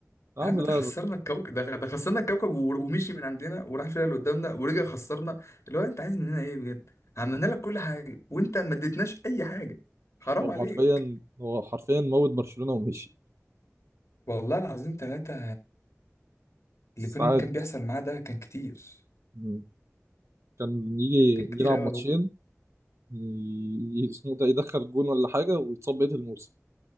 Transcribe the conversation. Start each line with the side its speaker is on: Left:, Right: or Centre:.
Right: يا
Left: يا
Right: عم
Left: عم
Right: لا
Left: ده خسرنا الكوكب ده ده خسرنا الكوكب و- ومشي من عندنا وراح فيها اللي قدامنا ورجع خسرنا اللي هو انت عايز مننا ايه بجد عملنا لك كل حاجه وانت ما اديتناش اي حاجه حرام
Right: هو
Left: عليك
Right: حرفيا هو حرفيا موت برشلونه ومشي
Left: والله العظيم ثلاثة
Right: بس
Left: اللي كان
Right: عادي
Left: كان بيحصل معاه ده كان كتير
Right: مم. كان يجي
Left: كان كتير
Right: يلعب
Left: قوي
Right: ماتشين
Left: يا بوجبا
Right: ي- ي- اسمه ده يدخل جون ولا حاجه ويتصاب بقيه الموسم